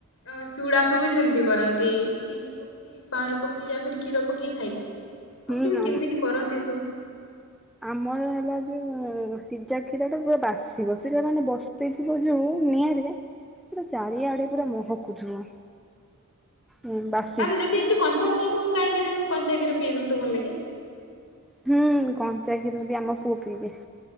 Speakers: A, on the left; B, in the centre.
A: ଅ ଚୁଡ଼ାକୁ ବି ସେମିତି କରନ୍ତି ଚିନି ପ କି ପାଣି ପକେଇ ଆଉ କିଛି କ୍ଷୀର ପକେଇକି ଖାଇଦିଅନ୍ତି
B: ହୁଁ
A: ଆଉ ତେବେ
B: ଆମ
A: କେମିତି କରନ୍ତି ଏସବୁ।
B: ଆମର ହେଲା ଯୋଉ ସିଜା କ୍ଷୀରଟା ପୁରା ବାସିବ ସେଟା ମାନେ ବସ ସେଇଥିବ ଯୋଉ ନିଆଁରେ ପୁରା ଚାରିଆଡ଼େ ପୁରା ମହକୁଥିବ। ହୁଁ ବାସ୍
A: ଆହୁରି ଯଦି ଏମିତି କଞ୍ଚା କ୍ଷୀର ଦବୁ କାହିଁ କେଜାଣି ମୁଁ କଞ୍ଚା କ୍ଷୀର ପିଏ ଯେ ମୋତେ ଭଲ ଲାଗେ।
B: ହୁଁ କଞ୍ଚା କ୍ଷୀର ବି ଆମ ପୁଅ ପିଇଦିଏ।